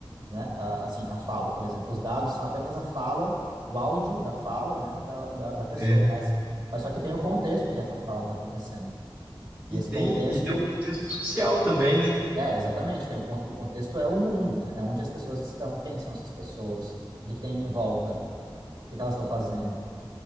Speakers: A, on the right; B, on the right.
A: né? A- Assim, a fala, por exemplo. Os dados são apenas a fala, o áudio da fala, né, da, da, da pessoa,
B: é.
A: mas, mas só que tem o contexto em que essa fala está acontecendo. E
B: E
A: esse
B: tem
A: contexto,
B: e tem um contexto social também, né?
A: é, exatamente, tem o, con- o contexto é o mundo, né? É onde as pessoas estão, quem são essas pessoas, o que que tem em volta, o que que elas estão fazendo.